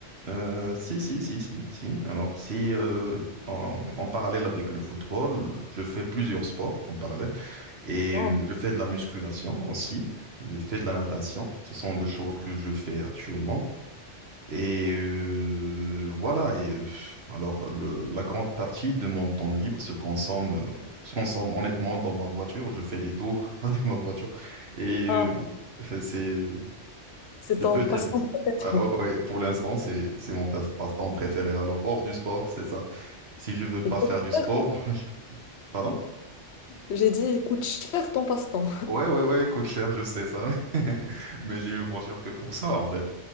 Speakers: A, on the right; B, on the left.
A: euh, si, si, si, si, si. Alors si, euh, en, en parallèle avec le football, je fais plusieurs sports en parallèle et
B: Oh,
A: euh, je fais de la musculation aussi. Je fais de la natation. Ce sont deux choses que je fais actuellement. Et euh, voilà, et euh, alors le- la grande partie de mon temps libre se consomme, euh, se consomme honnêtement dans ma voiture. Je fais des tours <laughs> avec ma voiture et euh,
B: ah,
A: <laughs> c'est,
B: c'est
A: je
B: ton
A: peux dire,
B: passe-temps préféré.
A: ah ouais, pour l'instant, c'est c'est mon tas- passe-temps préféré. Alors hors du sport, c'est ça. Si je veux pas
B: Il coûte
A: faire du sport,
B: cher.
A: <laughs> je- pardon?
B: J'ai dit, il coûte cher ton passe-temps.
A: Ouais, ouais, ouais, coûte cher, je sais ça, <laughs> mais j'ai une voiture que pour ça en fait.